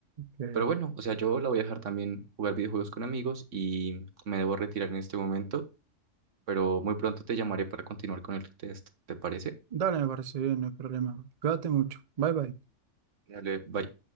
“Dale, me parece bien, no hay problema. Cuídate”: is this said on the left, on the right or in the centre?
Right